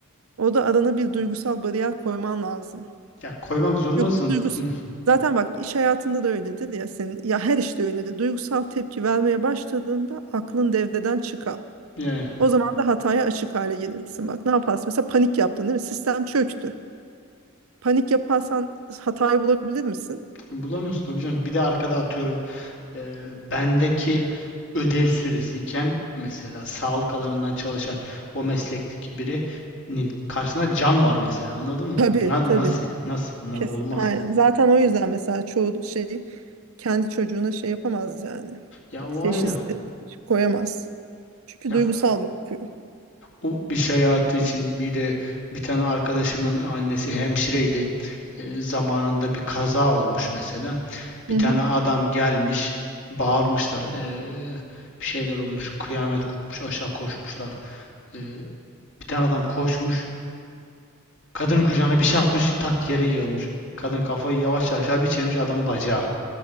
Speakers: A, on the right (about 70°); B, on the left (about 60°).
A: Orada arana bir duygusal bariyer koyman lazım.
B: Ya koymak zorundasın.
A: Yoksa duygus
B: Hı,
A: Zaten bak iş hayatında da öyledir ya senin ya her işte öyledir. Duygusal tepki vermeye başladığında aklın devreden çıkar.
B: Yani
A: O zaman da hataya açık hale gelirsin. Bak ne yaparsın? Mesela panik yaptın değil mi? Sistem çöktü. Panik yaparsan hatayı bulabilir misin?
B: e, bulamıyorsun tabii canım. Bir de arkada atıyorum. e, bendeki ödev süresiyken mesela sağlık alanından çalışan o meslekteki birinin karşısında can var mesela anladın mı?
A: Tabii
B: Na-
A: tabii.
B: nasıl? Nasıl? Na-
A: Kesin.
B: olmaz.
A: Aynen. Zaten o yüzden mesela çoğu şey kendi çocuğuna şey yapamaz yani.
B: Ya o
A: Teşhis
B: ayrı.
A: de- koyamaz. Çünkü
B: Ya
A: duygusal bakıyor.
B: o iş hayatı için bir de bir tane arkadaşımın annesi hemşireydi. E, zamanında bir kaza olmuş mesela. Bir
A: Hı
B: tane
A: hı.
B: adam gelmiş, bağırmışlar. e, bir şeyler olmuş, kıyamet kopmuş, aşağı koşmuşlar. E, bir tane adam koşmuş Kadının kucağına bir şey atmış, tak yere yığılmış. Kadın kafayı yavaşça aşağı bir çevirmiş adamın bacağı.